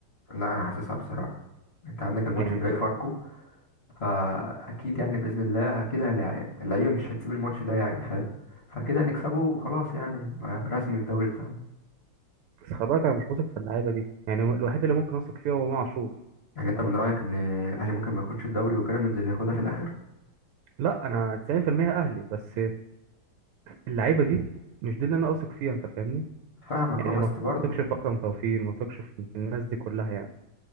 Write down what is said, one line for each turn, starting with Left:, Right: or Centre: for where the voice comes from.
Left: لا انا حاسسها بصراحة انت عندك الماتش
Right: يعني
Left: الجاي فاركو فاكيد يعني باذن الله كده اللع- اللعيبه مش هتسيب الماتش ده يعني فاهم فكده هنكسبه وخلاص يعني رسمي الدوري بتاعنا
Right: بس خلي بالك انا مش واثق في اللعيبه دي يعني هو الوحيد اللي ممكن اثق فيه هو امام عاشور
Left: يعني انت من رايك ان الاهلي ممكن ما ياخدش الدوري وبيراميدز اللي ياخدها في الاخر
Right: لا انا 90% اهلي بس اللعيبه دي مش دي اللي انا اثق فيها انت فاهمني
Left: فاهمك
Right: يعني
Left: اه بس
Right: ما
Left: برضه
Right: اثقش في اكرم توفيق ما اثقش في في الناس دي كلها يعني